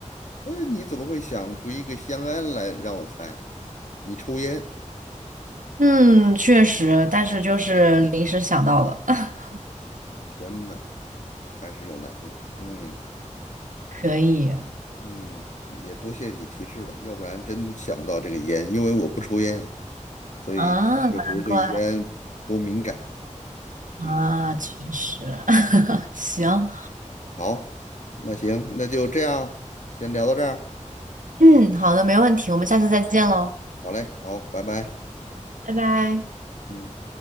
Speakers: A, on the left; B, on the right.
A: 哎，你怎么会想出一个香烟来让我猜？你抽烟？
B: 嗯，确实，但是就是临时想到了，<laughs>
A: 天哪！还是有难度。嗯
B: 可以
A: 嗯，也多谢你提示了，要不然真想不到这个烟，因为我不抽烟，所以确实对烟不敏感。
B: 啊，难怪啊，
A: 嗯
B: 确实，<laughs> 行，
A: 嗯，好，那行，那就这样，先聊到这儿。
B: 嗯，好的，没问题，我们下次再见喽。
A: 好嘞，好，拜拜。
B: 拜拜。
A: 嗯。